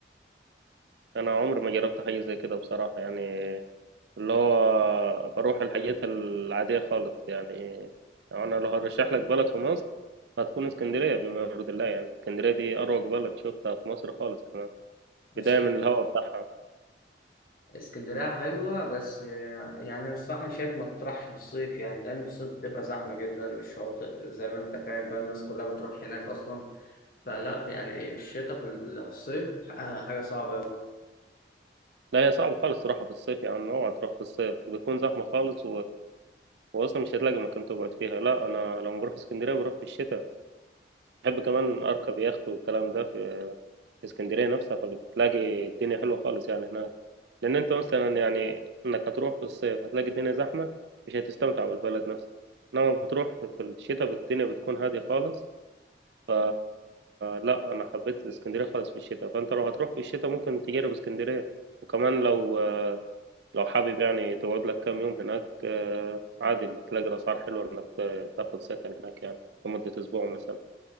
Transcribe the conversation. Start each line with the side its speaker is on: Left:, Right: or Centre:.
Right: انا عمري ما جربت حاجه زي كده بصراحه يعني اللي هو بروح الحاجات العاديه خالص يعني انا لو هرشح لك بلد في مصر هتكون اسكندريه بما يرضي الله يعني اسكندريه دي اروق بلد شفتها في مصر خالص كمان
Left: اسكن
Right: بدايه من الهواء بتاعها
Left: اسكندرية حلوة بس آه، يعني الصراحة أنا شايف ما تطرحش في الصيف يعني لأن في الصيف بتبقى زحمة جدا الشواطئ زي ما أنت فاهم بقى الناس كلها بتروح هناك أصلا فلا في يعني إيه، الشتاء في الصيف آه، حاجة صعبة أوي
Right: لا هي صعبه خالص تروحها في الصيف يا عم اوعى تروح في الصيف بتكون زحمه خالص هو اصلا مش هتلاقي مكان تقعد فيها لا انا لما بروح اسكندريه بروح في الشتاء بحب كمان اركب يخت والكلام ده في في اسكندريه نفسها فبتلاقي الدنيا حلوه خالص يعني هناك لان انت مثلا يعني انك هتروح في الصيف هتلاقي الدنيا زحمه مش هتستمتع بالبلد نفسها انما بتروح في الشتاء الدنيا بتكون هاديه خالص ف لا انا حبيت اسكندريه خالص في الشتاء فانت لو هتروح في الشتاء ممكن تجرب اسكندريه وكمان لو لو حابب يعني تقعد لك كام يوم هناك آه، عادي اللي تلاقي الأسعار حلوة إنك آه، تاخد سكن هناك يعني لمدة أسبوع مثلا